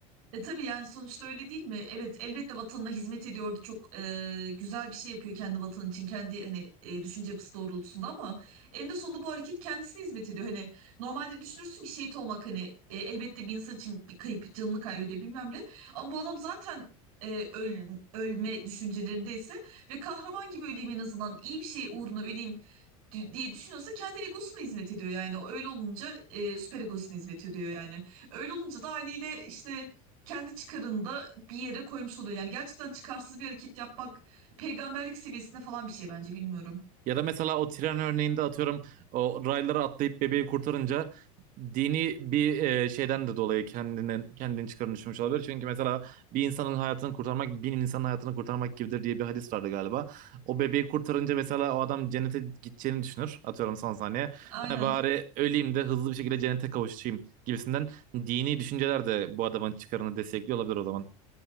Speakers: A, on the right; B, on the right.
A: E tabii yani sonuçta öyle değil mi? Evet elbette vatanına hizmet ediyordu. Çok e, güzel bir şey yapıyor kendi vatanı için. Kendi hani e, düşünce yapısı doğrultusunda ama eninde sonunda bu hareket kendisine hizmet ediyor. Hani normalde düşünürsün ki şehit olmak hani e, elbette bir insan için bir kayıp canını kaybediyor bilmem ne. Ama bu adam zaten e, öl- ölme düşüncelerindeyse ve kahraman gibi öleyim en azından iyi bir şey uğruna öleyim di- diye düşünüyorsa kendi egosuna hizmet ediyor yani. O Öyle olunca e, süper egosuna hizmet ediyor yani. Öyle olunca da haliyle işte kendi çıkarını da bir yere koymuş oluyor. Yani gerçekten çıkarsız bir hareket yapmak peygamberlik seviyesinde falan bir şey bence bilmiyorum.
B: Ya da mesela o tren örneğinde atıyorum o raylara atlayıp bebeği kurtarınca dini bir e, şeyden de dolayı kendini kendini çıkarını düşmüş olabilir. Çünkü mesela bir insanın hayatını kurtarmak bin insanın hayatını kurtarmak gibidir diye bir hadis vardı galiba. O bebeği kurtarınca mesela o adam cennete gideceğini düşünür. Atıyorum son saniye.
A: Aynen.
B: "Ha, bari öleyim de hızlı bir şekilde cennete kavuşayım gibisinden dini düşünceler de bu adamın çıkarını destekliyor olabilir o zaman.